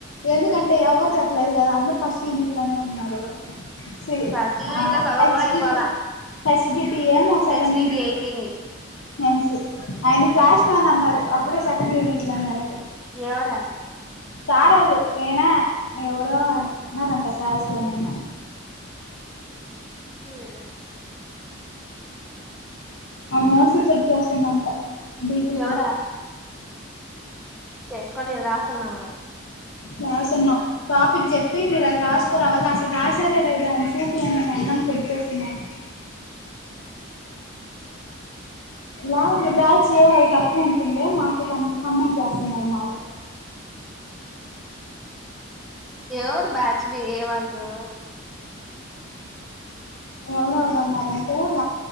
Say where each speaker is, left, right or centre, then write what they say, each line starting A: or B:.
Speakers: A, on the left; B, in the centre.
A: ఎందుకంటే ఎవ్వర్ చెప్పలేదు కదా అందరు ఫస్ట్ యూనిట్ లోనే ఉన్నారు సి
B: ఫస్ట్ యూనిట్
A: ఆ
B: లో సగం
A: హెచ్
B: కూడా అయిపోవాల
A: డీటి హెచ్ పి ఏమో సెకండ్
B: హెచ్డిడి
A: యూనిట్
B: అయిపోయింది
A: ఎంసి ఆయన ఫ్లాష్ మ్యాన్ అన్నారు అప్పుడే సెకండ్ యూనిట్లు అన్నారు
B: ఎవరా
A: సారోళ్ళు ఏనా ఎవరో
B: ఆహా
A: అని అన్నారంట సార్స్ లో నిన్న
B: <unintelligible>
A: ఆమె నోడ్స్ చెక్ చేస్తుందంట బి పి టి
B: ఎవరా చేసుకొని రాస్తున్నాం గద
A: రాసున్నాం టాపిక్ జెప్పి మీరు అది రాసుకోరావళ్ళ అసలు రాసారా లేదా అని చూపి అన్నను నన్ను చెక్ చేస్తున్నాను లావు బ్యాచ్ యో వాళ్ళు తక్కువ ఉంటుండే మాకు క కమైండ్ చేస్తున్నారు మాళు
B: ఎవరు బ్యాచ్ బి ఏ వాళ్ళు
A: ఎవరెవరు అన్నారు అంటే ఇగ